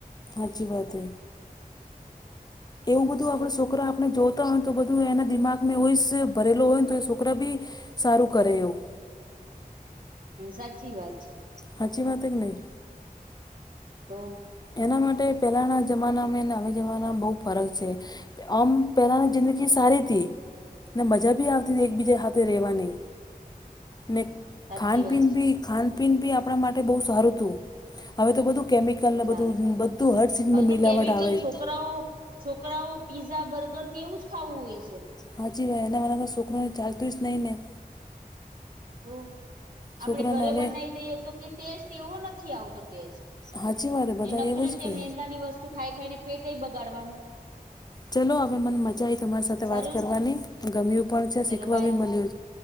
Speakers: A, on the left; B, on the right.
A: હાચી વાતે. એવું બધું આપડે
B: તો
A: સોકરા આપણે જો તા હોય ને તો બધું એના દિમાગમાં હોય સે ભરેલો હોય ને તો એ સોકરા બી સારું કરે એવું.
B: હમ સાચી વાત છે.
A: હાચી વાત હે કે નઈ?
B: તો
A: એના માટે પેલાના જમાનામે ને હવે જમાનામાં બહુ ફરક છે. આમ પહેલાની જિંદગી સારી થી. ને મજા ભી આવતી તી એકબીજા હાથે રહેેવાની, ને
B: સાચી
A: ખાનપીન
B: વાત છે
A: બી ખાનપીન બી આપણા માટે બહુ સારું તું. હવે તો બધું કેમિ કલ ને
B: સા
A: બધું બધું હર સિનમાં
B: હવે તો
A: મિલાવટ
B: કેમિકલ
A: આવે
B: છોકરાઓ
A: <inaudible>
B: છોકરાઓ પીઝા, બર્ગરને એવું જ ખાવું હોય છે.
A: હાચી હોય એના બારામાં સોકરાને ચાલતું જ નહીં ને.
B: તો
A: છોકરોને
B: આપડે ઘરે
A: હવે
B: બનાવી દઈએ તો કે ટેસ્ટ એવો નથી આવતો ટેસ્ટ
A: હાચી વાત બધા
B: ને નકૃત્ય
A: એવું જ કે
B: મેંદા ની વસ્તુ ખાઈ ખાઈને પેટ બગાડવાનું
A: ચલો હવે મને મજા આઈ તમારી સાથે
B: સારું
A: વાત કરવાની, ગમ્યું પણ છે
B: ચલો
A: શીખવા
B: બાય
A: બી મળ્યું છે.